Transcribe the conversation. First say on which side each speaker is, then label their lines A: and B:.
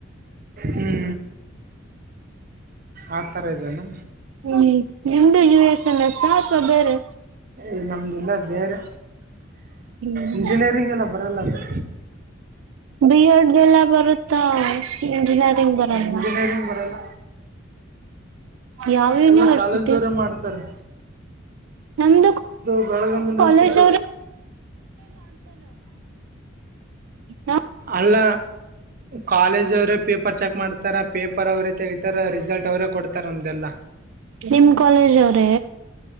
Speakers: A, on the right (about 45°); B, on the right (about 75°).
A: ಹ್ಞೂ ಆ ತರ ಇದನೆ
B: ಹ್ಮ್ ನಿಮ್ದು ಯು ಎಸ್ ಎಂದ ಸಾಪ ಬೇರೆ
A: ಈ ನಮ್ದಿಲ್ಲ ಬೇರೆ
B: ಹ್ಮ್
A: ಇಂಜಿನಿಯರಿಂಗ್ ಎಲ್ಲ ಬರಲ್ಲ ಅದು
B: ಬಿ ಎಡ್ ಲ್ಲ ಬರುತ್ತ ಇಂಜಿನಿಯರಿಂಗ್ ಬರಲ್ಲ
A: ಇಂಜಿನಿಯರಿಂಗ್ ಬರಲ್ಲ
B: ಯಾವ ಯುನಿವರ್ಸಿಟಿ
A: ಎಲ್ಲ ಕಾಲೇಜ್ದವ್ರೆ ಮಾಡ್ತಾರೆ
B: ನಮ್ದು
A: ಬೆಳಗುಮ್ ಯನಿವರ್ಸಿಟಿ
B: ಕಾಲೇಜ್ ಅವ್ರ ಹಾ
A: ಅಲ್ಲ ಕಾಲೇಜ ಅವರೇ ಪೇಪರ್ ಚೆಕ್ ಮಾಡ್ತಾರೆ ಪೇಪರ್ ಅವರೇ ತೆಗತಾರೆ ರಿಸಲ್ಟ್ ಅವರೇ ಕೊಡ್ತಾರೆ ನಮ್ದಲ್ಲ
B: ನಿಮ ಕಾಲೇಜ್ ಅವ್ರ